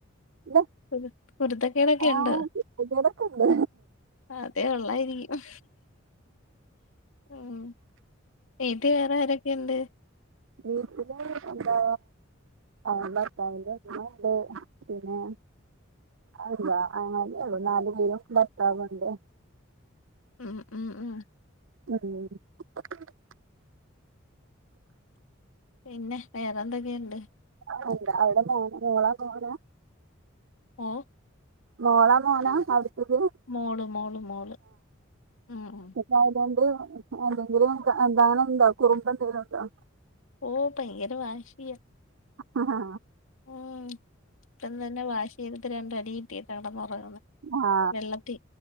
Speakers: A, on the right (about 70°); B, on the left (about 80°).
A: ഇല്ല
B: കുരു കുരുത്തക്കേടൊക്കെ
A: ആ
B: ഇണ്ട്
A: കുട്ടികളൊക്കെ ഉണ്ട്
B: ആഹ് അതെ ഒള്ളായിരിക്കും ഉം വീട്ടിൽ വേറെ ആരൊക്കെ ഒണ്ട്
A: വീട്ടില ന്താ ആഹ് ബർത്താവിന്റ ഉമ്മ ഒണ്ട് പിന്നെ അതല്ല അങ്ങനെ ഒള്ളു നാല് മൂന്ന് ഭർത്താവോണ്ട്.
B: ആഹ് ആഹ് ആഹ്
A: <unintelligible>
B: പിന്നെ വേറെന്തൊക്കേണ്ട്?
A: അവിട്ണ്ട അവ്ടെ മോ മോളാ മോനാ?
B: ഏഹ്
A: മോളാ മോനാ അവ്ട്ത്തത്?
B: മോള് മോള് മോള് ആഹ്ആഹ്.
A: തായ്‌ലൻ്റ്റ് എന്തെങ്കിലു എന്താണുണ്ടോ കുറുബെന്തെലുണ്ടോ?
B: ഓഹ് പയങ്കരവാശിയാ.
A: ആഹ്ഹ
B: ഉം ഇപ്പതന്നെ വാശിയെടുത്ത് രണ്ടടി കിട്ടി കടന്നൊറങ്ങണ്.
A: ആ
B: വെള്ളത്തി